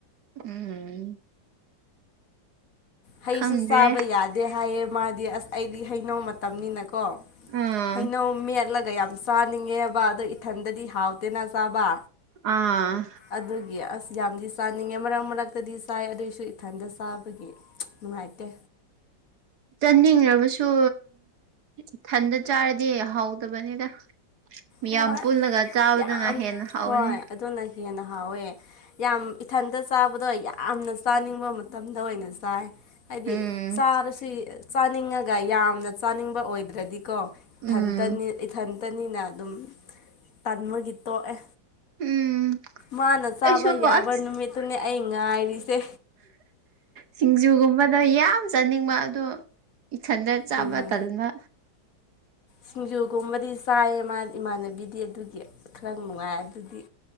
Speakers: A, on the right (about 60°); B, on the left (about 50°).
A: ꯎꯝ
B: ꯍꯩꯁꯨ
A: ꯈꯪꯗ꯭ꯔꯦ
B: ꯆꯥꯕ ꯌꯥꯗꯦ ꯍꯥꯏꯌꯦ ꯃꯥꯗꯤ ꯑꯁ ꯑꯩꯗꯤ ꯍꯩꯅꯧ ꯃꯇꯝ ꯃꯇꯝꯅꯤꯅꯀꯣ
A: ꯎꯝ
B: ꯍꯩꯅꯧ ꯃꯦꯠꯂꯒ ꯌꯥꯝ ꯆꯥꯅꯤꯡꯉꯦꯕ ꯑꯗꯣ ꯏꯊꯟꯗꯗꯤ ꯍꯥꯎꯇꯦꯅ ꯆꯥꯕ
A: ꯑꯥ
B: ꯑꯗꯨꯒꯤ ꯑꯁ ꯌꯥꯝꯗꯤ ꯆꯥꯅꯤꯡꯉꯦ ꯃꯔꯛ ꯃꯔꯛꯇꯗꯤ ꯆꯥꯏ ꯑꯗꯨꯏꯁꯨ ꯏꯊꯟꯇ ꯆꯥꯕꯒꯤ ꯅꯨꯡꯉꯥꯏꯇꯦ
A: ꯆꯥꯅꯤꯡꯔꯕꯁꯨ ꯢꯊꯟꯗ ꯆꯥꯔꯗꯤ ꯍꯥꯎꯇꯕꯅꯤꯗ ꯃꯤꯌꯥꯝ
B: ꯍꯣꯏ
A: ꯄꯨꯜꯂꯒ ꯆꯥꯕꯗꯨꯅ
B: ꯌꯥꯝ
A: ꯍꯦꯟꯅ ꯍꯥꯎꯕꯅꯤ
B: ꯍꯣꯏ ꯑꯗꯨꯅ ꯍꯦꯟꯅ ꯍꯥꯎꯋꯦ ꯌꯥꯝ ꯏꯊꯟꯇ ꯆꯥꯕꯗꯣ ꯌꯥꯝꯅ ꯆꯥꯅꯤꯡꯕ ꯃꯇꯝꯗ ꯑꯣꯏꯅ ꯆꯥꯏ ꯍꯥꯏꯗꯤ
A: ꯎꯝ
B: ꯆꯥꯔꯁꯨ ꯆꯥꯅꯤꯡꯉꯒ ꯌꯥꯝꯅ ꯆꯥꯅꯤꯡꯕ ꯑꯣꯏꯗ꯭ꯔꯗꯤꯀꯣ
A: ꯎꯝ
B: ꯏꯊꯟꯇꯅꯤ ꯏꯊꯟꯇꯅꯤꯅ ꯑꯗꯨꯝ ꯇꯟꯃꯒꯤ ꯇꯣꯛꯑꯦ
A: ꯎꯝ
B: ꯃꯥꯅ ꯆꯥꯕ
A: ꯑꯩꯁꯨ
B: ꯌꯥꯕ
A: ꯑꯁ
B: ꯅꯨꯃꯤꯠꯇꯨꯅꯦ ꯑꯩ ꯉꯥꯏꯔꯤꯁꯦ
A: ꯁꯤꯡꯖꯨꯒꯨꯝꯕꯗꯣ ꯌꯥꯝ ꯆꯥꯅꯤꯡꯕ ꯑꯗꯣ ꯏꯊꯟꯗ ꯆꯥꯕ
B: ꯎꯝ
A: ꯇꯜꯃ
B: ꯁꯤꯡꯖꯨꯒꯨꯝꯕꯗꯤ ꯆꯥꯏꯌꯦ ꯃꯥ ꯏꯃꯥꯟꯅꯕꯤꯗꯤ ꯑꯗꯨꯗꯤ ꯈꯔ ꯅꯨꯡꯉꯥꯏ ꯑꯗꯨꯗꯤ